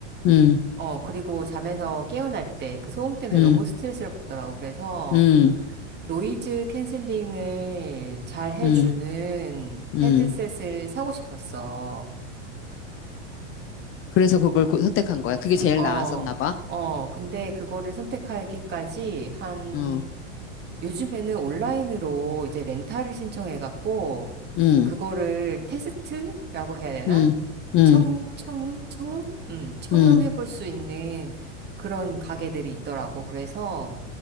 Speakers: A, on the left (about 35°); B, on the right (about 30°).
A: 음,
B: 어, 그리고 잠에서 깨어날 때 그 소음 때문에
A: 음,
B: 너무 스트레스를 받더라고. 그래서
A: 음,
B: 노이즈 캔슬링을 잘 해주는
A: 음, 음.
B: 헤드셋을 사고 싶었어.
A: 그래서 그걸 고- 선택한 거야. 그게 제일
B: 어,
A: 나았었나 봐.
B: 어, 근데 그거를 선택하기까지 한,
A: 응,
B: 요즘에는 온라인으로 이제 렌탈을 신청해갖고,
A: 응,
B: 그거를 테스트라고 해야 되나?
A: 응, 응,
B: 청, 청음? 청음? 음, 청음
A: 응.
B: 해볼 수 있는 그런 가게들이 있더라고. 그래서,